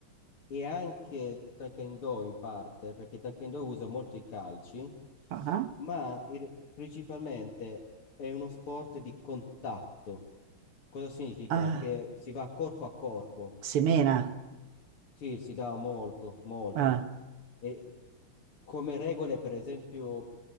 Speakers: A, on the left; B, on the right.
A: e anche Taekwondo in parte, perché Taekwondo usa molto i calci,
B: Ah, ah,
A: ma il- principalmente è uno sport di contatto. Cosa significa?
B: Ah,
A: Che si va corpo a corpo.
B: semena.
A: Sì, si dà molto, molto.
B: Ah,
A: E come regole, per esempio,